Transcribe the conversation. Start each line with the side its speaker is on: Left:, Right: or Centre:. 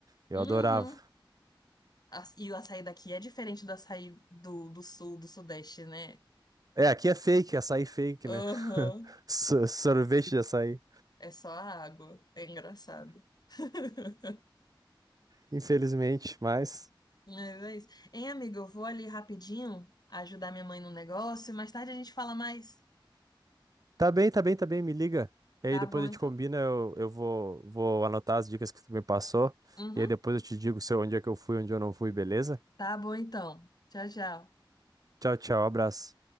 Right: Eu
Left: Uhum.
Right: adorava.
Left: As- E o açaí daqui é diferente do açaí do, do sul, do sudeste, né?
Right: É, aqui é fake, açaí fake,
Left: Aham.
Right: né? <laughs> Sor- Sorvete de açaí.
Left: É só a água. É engraçado. <laughs>
Right: Infelizmente, mas.
Left: Mas é isso. Hein, amigo, eu vou ali rapidinho ajudar minha mãe no negócio e mais tarde a gente fala mais.
Right: Tá bem, tá bem, tá bem, me liga. E
Left: Tá
Right: aí depois
Left: bom,
Right: a
Left: então.
Right: gente combina, eu, eu vou, vou anotar as dicas que tu me passou.
Left: Uhum.
Right: E aí depois eu te digo se eu- onde é que eu fui, onde eu não fui, beleza?
Left: Tá bom, então. Tchau, tchau.
Right: Tchau, tchau, abraço.